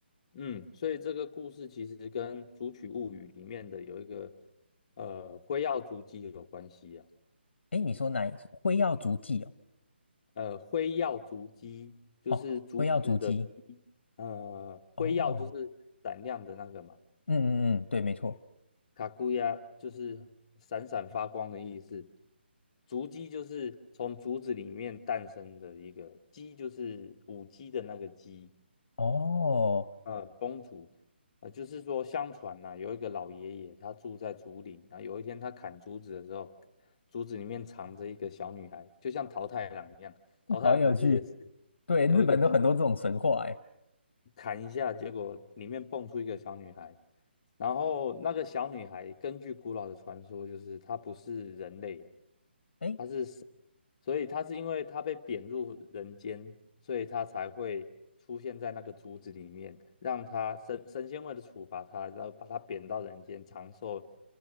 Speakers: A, on the left; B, on the left.
A: 嗯，所以这个故事其实跟《竹取物语》里面的有一个呃辉耀竹鸡有关系啊。
B: 哎，你说哪一？辉耀足迹哦，
A: 呃，辉耀竹鸡就是竹子的鸡呃，
B: 哦，辉耀足迹，哦，
A: 辉耀就是胆量的那个嘛。
B: 嗯嗯嗯，对，没错，
A: 卡古亚就是闪闪发光的意思，竹鸡就是从竹子里面诞生的一个鸡，就是舞鸡的那个鸡，
B: 哦，
A: 呃，公主，呃，就是说相传呐、有一个老爷爷他住在竹林，然后有一天他砍竹子的时候，竹子里面藏着一个小女孩，就像桃太郎一样，桃太郎不是也是
B: 好有趣，对，日本都很多这种神话，
A: 有一个桃。
B: 哎，
A: 砍一下，结果里面蹦出一个小女孩，然后那个小女孩根据古老的传说，就是她不是人类啊，
B: 哎，
A: 她是神，所以她是因为她被贬入人间，所以她才会出现在那个竹子里面，让她神神仙为了处罚她，然后把她贬到人间，尝受